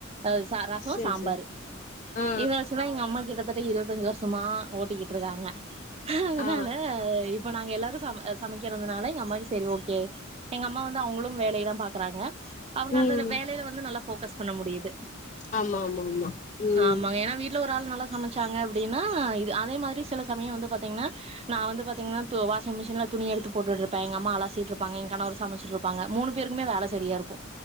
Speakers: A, on the right; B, on the left.
A: அது ச ரச
B: சேரி
A: சாம்பாரு
B: சேரி ஆ
A: இத வச்சுதா எங்க அம்மா கிட்டத்தட்ட இருபத்தஞ்சு வருஷமா ஓட்டிக்கிட்டு இருக்காங்க அதனால
B: ஆ ஆ
A: இப்ப நாங்க எல்லாரு ச சமைக்கிறதுனால எங்க அம்மாக்கு சரி ஓ கே எங்க அம்மா வந்து அவங்களு வேலையதா பாக்குறாங்க அவங்க
B: ம்
A: அந்த வேலைல வந்து நல்லா ஃபோக்கஸ் பண்ண முடியுது
B: ஆமா ஆமா ஆமா ம்
A: ஆமா ஏன்னா வீட் ல ஒரு ஆள் நல்லா சமச்சாங்க அப்டினா இது அதே மாரி சில சமயோ வந்து பாத்தீங்கனா நான் வந்து பாத்தீங்கனா வாஷிங் மிஷின்ல துணி எடுத்து போட்டுட்ருப்ப எங்க அம்மா அலசீட்ருப் ப்பாங்க ஏ கணவர் சமச்சிட் இருப்பாங்க மூணு பேருக்குமே வேல சரியா இருக்கு